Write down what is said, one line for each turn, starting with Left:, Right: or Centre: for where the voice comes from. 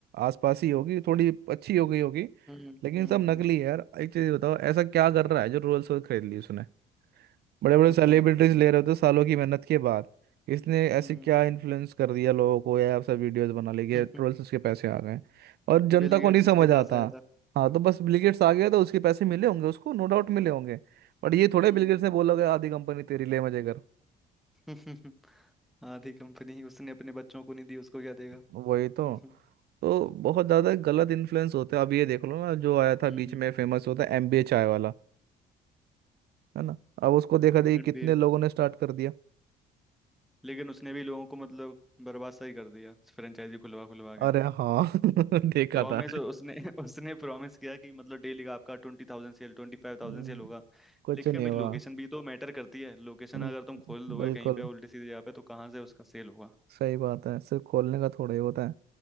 Right: आसपास ही होगी थोड़ी अच्छी हो गई होगी
Centre: हम्म
Right: लेकिन
Centre: हम्म
Right: सब नकली है यार एक चीज बताओ ऐसा क्या कर रहा है जो रोल्स रॉयस खरीद ली उसने बड़े बड़े
Centre: पता
Right: सेलिब्रिटीज
Centre: नहीं
Right: ले रहे होते सालों की मेहनत के बाद इसने ऐसे
Centre: हम्म
Right: क्या इन्फ्लुएंस कर दिया लोगों को या सब वीडियोस बना ली गए
Centre: <laughs>
Right: रोल्स उसके पैसे आ गए और जनता
Centre: बिल
Right: को
Centre: गेट्स
Right: नहीं समझ
Centre: उसके
Right: आता
Centre: पास आया था
Right: हाँ तो बस बिल गेट्स आ गया तो उसके पैसे मिले होंगे उसको नो डाउट मिले होंगे बट ये थोड़े
Centre: हम्म
Right: बिल गेट्स ने बोला होगा आधी कंपनी तेरी ले मजे कर
Centre: <laughs> आधी कंपनी उसने अपने बच्चों को नहीं दी उसको क्या देगा
Right: वही
Centre: <laughs>
Right: तो
Centre: हम्म
Right: तो बहुत ज्यादा गलत इन्फ्लुएंस होते हैं अब ये देख लो ना जो आया था
Centre: हम्म
Right: बीच में फेमस होता है एमबीए चाय वाला है ना अब उसको देखा देखी
Centre: हम्म,
Right: कितने
Centre: भी है
Right: लोगों ने स्टार्ट कर दिया
Centre: लेकिन उसने भी लोगों को मतलब बर्बाद सा ही कर दिया फ्रेंचाइजी खुलवा खुलवा
Right: अरे
Centre: के
Right: हाँ <laughs> देखा
Centre: प्रॉमिस
Right: था
Centre: उसने <laughs> उसने प्रॉमिस किया कि मतलब डेली का आपका ट्वेंटी थाउजेंड सेल ट्वेंटी फाइव थाउजेंड
Right: हम्म,
Centre: सेल होगा
Right: कुछ
Centre: लेकिन
Right: नहीं
Centre: भाई
Right: हुआ
Centre: लोकेशन भी तो मैटर करती है लोकेशन
Right: हम्म,
Centre: अगर तुम खोल दोगे
Right: बिल्कुल
Centre: कहीं पे उल्टी सीधी जगह पे तो कहाँ से उसका सेल होगा
Right: सही बात है सिर्फ खोलने का थोड़ा ही होता है